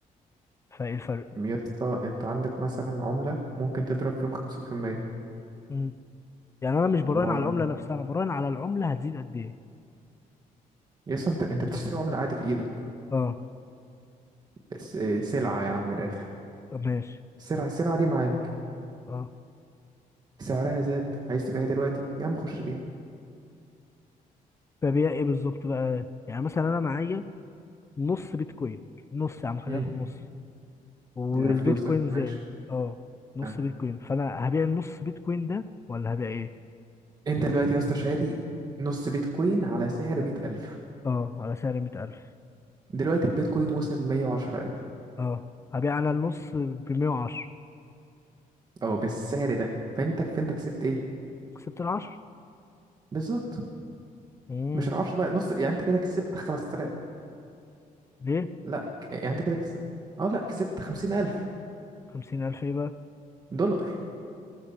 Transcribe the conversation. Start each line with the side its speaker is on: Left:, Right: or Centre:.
Left: فايه الفرق
Right: يا اسطى أنت عندك مثلا عملة ممكن تضرب فيهم خمسين في المية
Left: مم. يعني انا مش براهن
Right: و
Left: على العملة نفسها انا براهن على العملة هتزيد قد ايه
Right: يا اسطى أنت أنت بتشتري عملة عادي في إيدك
Left: اه
Right: س- سلعة يا عم من الآخر
Left: طب ماشي
Right: السلعة السلعة دي معاك
Left: اه
Right: سعرها زاد عايز تبيعها دلوقتي يا عم خش بيها
Left: ببيع ايه بالظبط بقى يعني مثلا انا معايا نص بيتكوين نص يا عم خلينا
Right: مم.
Left: نقول نص والبيتكوين
Right: يا فلوسك
Left: زاد
Right: ماشي
Left: اه نص
Right: آه.
Left: بيتكوين فانا هبيع النص بيتكوين ده ولا هبيع ايه
Right: انت دلوقتي يا اسطى شاري نص بيتكوين على سعر مية ألف
Left: اه على سعر 100000
Right: دلوقتي البيتكوين وصل مية وعشرة ألف
Left: اه هبيع انا النص ب 110
Right: أو بالسعر ده فأنت فأنت كسبت إيه
Left: كسبت ال 10
Right: بالظبط
Left: امم
Right: مش العشرة بقى نص يعني أنت كده كسبت خمس آلاف
Left: ليه
Right: لا ك- يعني أنت كده كسبت أه لا كسبت خمسين ألف
Left: 50000 ايه بقى
Right: دولار